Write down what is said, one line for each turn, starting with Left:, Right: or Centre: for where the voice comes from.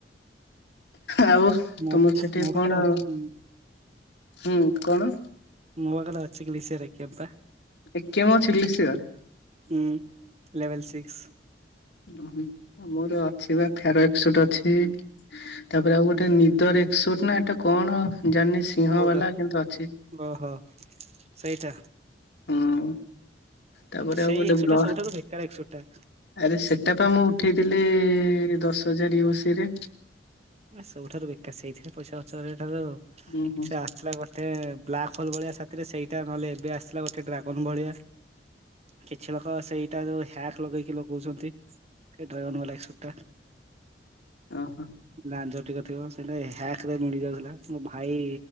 Left: ଆଉ
Right: ମୋ
Left: ତମର ସେଠି
Right: ମୋ
Left: କଣ
Right: ପାଖରେ ଉଁ,
Left: ହୁଁ କଣ?
Right: ମୋ ପାଖରେ ଅଛି ଗ୍ଲିଶର ଏରିକା ବା।
Left: ଏକେ ମୁ <unintelligible>
Right: ହୁଁ ଲେଭେଲ ସିକ୍ସ।
Left: ଉ ହୁଁ ମୋର ଅଛି ବା ଫେରକ୍ସ ଗୋଟେ ଅଛି। ତାପରେ ଆଉ ଗୋଟେ ନିଦ ରେକ୍ସ ଗୋଟେ ନା ଏଟା କଣ ଜାଣିନି ସିଂହ
Right: କୋଉଟା
Left: ବାଲା କିନ୍ତୁ ଅଛି।
Right: ଓହୋ ସେଇଟା।
Left: ହଁ। ତାପରେ
Right: ସେଇ
Left: ଆଉ ଗୋଟେ
Right: ଏକଶ
Left: ବ୍ଲ
Right: ଟା ସବୁଠାରୁ ବେକାର ଏକଶ ଗୋଟା।
Left: ଆରେ ସେଟାପା ମୁଁ ଉଠେଇଥିଲି ଦଶ ହଜାର ୟୁ ଏ ସିରେ।
Right: ସବୁଠାରୁ ବେକାର। ସେଇଥିରେ ପଇସା ଖର୍ଚଠାରୁ
Left: ଉଁ ହୁଁ
Right: ସେ ଆସିଲା ବ ଏତେ ବ୍ଲାକ୍ ହୋଲ ଭଳିଆ ସେଥିରେ ସେଇଟା ନହେଲେ ଏବେ ଆସିଲା ଗୋଟେ ଡ୍ରାଗନ୍ ଭଳିଆ। କିଛି ଲୋକ ସେଇଟା ଯୋଉ ହ୍ୟାକ୍ ଲଗେଇକି ଲଗଉଚନ୍ତି ସେଇଟା ନହେଲେ ଛୋଟ।
Left: ଓହୋ।
Right: ଲାଞ୍ଜ ଟିକ ଥିବ ସେଇଟା ହ୍ୟାକରେ ମିଳିଯାଉଥିଲା ମୋ ଭାଇ